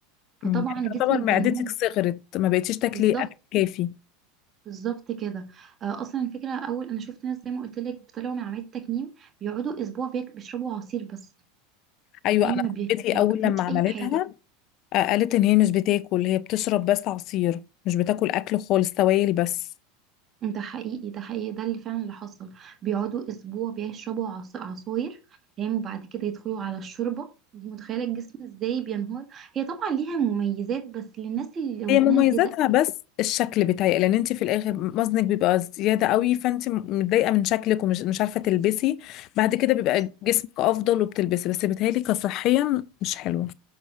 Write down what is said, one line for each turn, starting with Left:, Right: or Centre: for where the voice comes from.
Right: فطبعا
Left: امم يعني تعتبر
Right: جسمك بينهار
Left: معدتك صغرت ما بقتيش تاكلي
Right: بالظبط
Left: أكل كافي
Right: بالظبط كده آه، اصلا الفكره اول انا شفت ناس زي ما قلت لك بيطلعوا من عمليه التكميم بيقعدوا اسبوع بياك- بيشربوا عصير بس
Left: أيوة
Right: تمام
Left: أنا
Right: ما بي-
Left: كنتي
Right: ما
Left: أول
Right: بياكلوش
Left: لما عملتها
Right: اي حاجه
Left: آه، قالت إن هي مش بتاكل هي بتشرب بس عصير مش بتاكل أكل خالص سوائل بس
Right: ده حقيقي ده حقيقي ده اللي فعلا اللي حصل بيقعدوا اسبوع بيشربوا عص- عصاير تمام وبعد كده يدخلوا على الشوربه انت متخيله الجسم ازاي بينهار هي طبعا ليها مميزات بس للناس اللي وزنها
Left: هي مميزاتها
Right: زياده
Left: بس
Right: قوي
Left: الشكل بتاعي لان انت في الاخر وزنك بيبقى زياده قوي فانت متضايقه من شكلك ومش مش عارفه تلبسي بعد كده بيبقى
Right: بالظبط.
Left: جسمك افضل وبتلبسي بس بيتهيألي كصحيا مش حلوه